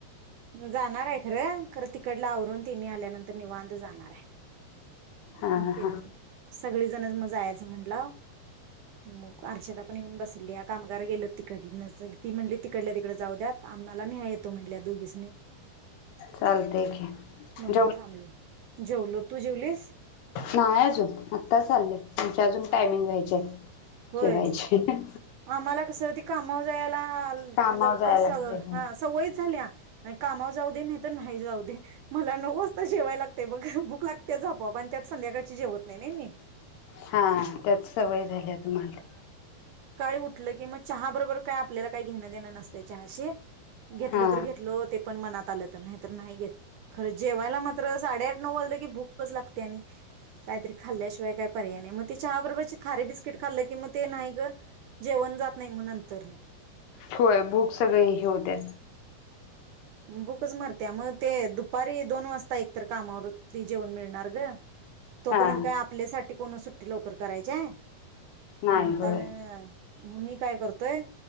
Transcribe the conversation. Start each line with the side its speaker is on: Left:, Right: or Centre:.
Right: जाणार हायं खरं. खरं तिकडल आवरून तिनी आल्यानंतर निवांत जाणार हायं.
Left: हा हा
Right: अं ते
Left: हा
Right: म सगळीजण म जायाच असं म्हंटलं मग अर्चना पण येऊन बसलिया. कामगार गेल तिकडनच ती म्हणली तिकडल्या तिकडड जाऊ द्यात आम्हाला न्ह्याय येतो म्हणली दोघीसनी.
Left: चालतंय की
Right: म्हणून थांबले. जेवलोत. तू जीवलीस?
Left: नाय अजून आत्ता चाल्लंय. तुमच्या अजून
Right: हां
Left: टायमिंग व्हायचेत.
Right: होय
Left: जेवायचे हम हम
Right: आम्हाला कस ते कामाव जायाला
Left: कामावर
Right: लवकर
Left: जायला
Right: सग
Left: लागतंय होय
Right: हा सवयच झालीया. आणि कामावर जाऊ दे नाही तर नाहय जाऊ दे मला नऊ वाजता जेवाय लागतय बघ भुक लागते झोपाप आणि त्यात संध्याकाळची जेवत नाही नाय मी
Left: हा त्यात सवय झालीय तुम्हाला
Right: उटल की मग चहा हा बरोबर काय आपल्याला काही घेण देणं नसत चहाशी घेतलो
Left: हा
Right: तर घेतलो ते पण मनात लं तर नाही तर नाही घेत खर जेवायला मात्र साडे आठ नऊ वाजलं की भूकच लागते आणि काहीतरी खाल्ल्याशिवाय काही पर्याय नाय मग ते चहा बरोबर खारे बिस्किट खाल्लं कि मग ते नाही ग जेवण जात नाही मग नंतरनं
Left: होय भुक सगळि हे होत्या
Right: भुकच मरत्या म ते दुपारी दोन वाजता एकतर कामावर ती जेवण मिळणार ग तोपर्यंत
Left: हा
Right: काय आपल्यासाठी कोण सुट्टी लवकर करायचीय.
Left: नाही
Right: म्हणतान
Left: होय
Right: म मी काय करतोय